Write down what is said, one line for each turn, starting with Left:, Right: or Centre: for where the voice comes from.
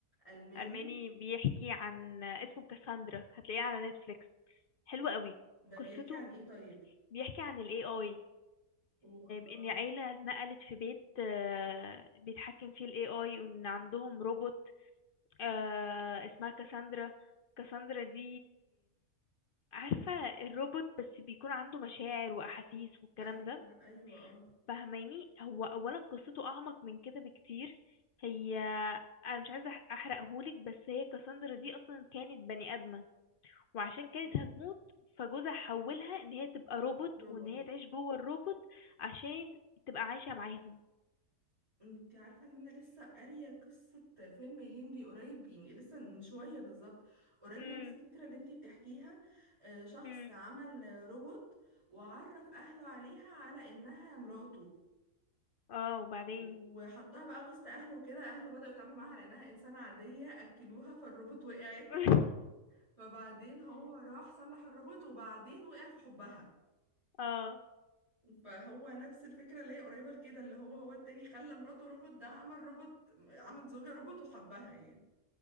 Right: الماني
Left: الماني بيحكي عن اسمه كاساندرا هتلاقيه على نتفليكس حلو قوي
Right: ده
Left: قصته
Right: بيحكي عن ايه طيب
Left: بيحكي عن الاي اي
Right: اوه الله
Left: ان عيله نقلت في بيت آه، بيتحكم فيه الاي اي وان عندهم روبوت آه، اسمها كاساندرا كاساندرا دي عارفة الروبوت بس بيكون عنده مشاعر وأحاسيس والكلام
Right: ايوه
Left: ده
Right: ايوه اه
Left: فهماني هو أولا قصته أعمق من كده بكتير هي أنا مش عايزة أح- أحرقهولك بس هي كاساندرا دي أصلا كانت بني آدمة وعشان كانت
Right: إيه؟
Left: هتموت فجوزها حولها إن هي تبقى روبوت
Right: روبوت
Left: وإن هي تعيش جوه الروبوت عشان تبقى عايشة معاهم
Right: انتي عارفة ان انا لسه قارية قصة فيلم هندي قريب يعني لسه من شوية بالظبط قريب
Left: امم
Right: لنفس الفكرة اللي انتي بتحكيها آه، شخص
Left: امم
Right: عمل آه، روبوت وعرف اهله عليها على انها مراته
Left: اه وبعدين
Right: وحطها بقى وسط اهله وكده اهله بدأوا يتعاملوا معاها لانها انسانة عادية اكلوها فالروبوت وقعت
Left: <laughs>
Right: فبعدين هو راح صلح الروبوت وبعدين وقع في حبها
Left: اه
Right: فهو نفس الفكرة اللي هي قريبة لكده اللي هو هو التاني خلى مراته روبوت ده عمل روبوت عمل زوجة روبوت وحبها يعني